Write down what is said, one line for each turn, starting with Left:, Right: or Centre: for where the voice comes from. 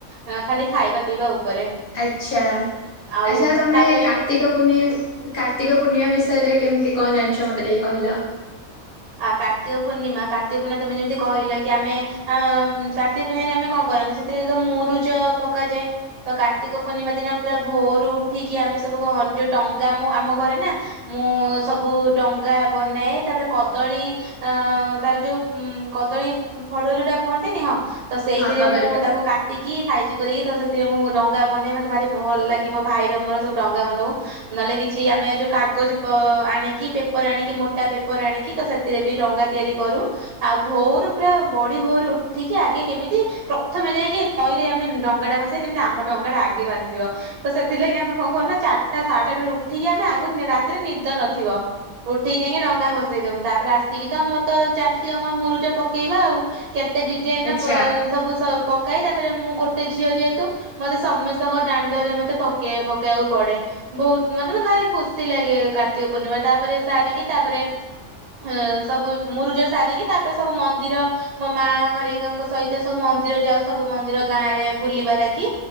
Right: ଅ ଖାଲି ଖାଇବା ପିଇବା ଉପରେ
Left: ଆଚ୍ଛା
Right: ଆଉ
Left: ଆଚ୍ଛା ତମେ
Right: ତାପରେ
Left: କା କାର୍ତ୍ତିକ ପୂନେଇ କାର୍ତ୍ତିକ ପୂର୍ଣ୍ଣିମା ବିଷୟରେ କେମିତି କଣ ଜାଣିଛ ମତେ ଟିକେ କହିଲ
Right: ଆ କାର୍ତ୍ତିକ ପୂର୍ଣ୍ଣିମା କାର୍ତ୍ତିକ ପୂର୍ଣ୍ଣିମା ତମେ ଯେମତି କହିଲ କି ଆମେ ଆ କାର୍ତ୍ତିକ ପୂର୍ଣ୍ଣିିମାରେ ଆମେ କଣ କରନ୍ତି ସେଥିରେ ଯ ମୁରୁଜ ପକାଯାଏ ତ କାର୍ତ୍ତିକ ପୂର୍ଣ୍ଣିମା ଦିନ ପୁରା ଭୋରୁ ଉଠିକି ଆମେ ସବୁ ଯୋଉ ଡଙ୍ଗା ମୁ ଆମ ଘରେ ନା ମୁଁ ସବୁ ଡଙ୍ଗା ବନାଏ ତାପରେ କଦଳୀ ଅ ତାର ଯୋଉ ଉଁ କଦଳୀ ଫଡଆ ଯୋଉଟା କୁହନ୍ତିନି ହଁ ତ ସେଇଥିରେ
Left: ହଁ କଦଳୀ
Right: ମୁଁ
Left: ପଟୁଆ
Right: ତାକୁ କାଟି ଟିକି ସାଇଜି କରିକି ତ ସେଥିରେ ମୁଁ ଡଙ୍ଗା ବନେଇ ମତେ ଭାରି ଭଲ ଲାଗେ ମୋ ଭାଇର ମୋର ସବୁ ଡଙ୍ଗା ବନଉ ନହେଲେ କିଛି ଆମେ ଯୋଉ କାଗଜ ପ ଆଣିକି ପେପର ଆଣିକି ମୋଟା ପେପ ପେପର୍ ଆଣିକି ତ ସେଥିରେ ବି ଡଙ୍ଗା ତିଆରି କରୁ ଆଉ ଭୋଉର ପୁରା ବଢି ଭୋର ଉଠିକି ଆଗେ କେମିତି ପ୍ରଥମେ ଯାଇକି ନଈରେ ଆମେ ଡଙ୍ଗା ଟା ଭସେଇବା ଯେମିତି ଆମ ଡଙ୍ଗାଟା ଆଗେ ଭାସିଯିବ ତ ସେଥିଲାଗି ଆମେ କଣ କରୁନା ଚାରିଟା ସାଢେ ଚାରିଟାରୁ ଉଠିକି ଆମେ ଆଗ ରାତିରେ ନିଦ ନଥିବ ଉଠିକି ଯାଇକି ଡଙ୍ଗା ବସେଇଦବୁ ତାପରେ ଆସିକି ତ ମୋ ତ ଚାଲିଛି ଆମ ମୁରୁଜ ପକେଇବା ଆଉ କେତେ ଡିଜାଇନ
Left: ଆଚ୍ଛା
Right: ବ ସବୁ ପକାଏ ତାପରେ ମୁଁ ଗୋଟେ ଝିଅ ଯେହେତୁ ମତେ ସମସ୍ତଙ୍କ ଦାଣ୍ଡରେ ମତେ ପକେଇ ପକେଇବାକୁ ପଡେ ବହୁତ ମତେ ମତେ ଭାରି ଖୁସି ଲାଗେ କାର୍ତ୍ତିକ ପୂର୍ଣ୍ଣିମା ତାପରେ ସାରିକି ତାପରେ ହ ସବୁ ମୁରୁଜ ସାରିକି ତାପରେ ସବୁ ମନ୍ଦିର ମୋ ମା ଘର ଗାଙ୍କ ସହିତ ସବୁ ମନ୍ଦିର ଯାଉ ସବୁ ମନ୍ଦିର ଗାଁ ରେ ବୁଲିବା ଲାଗି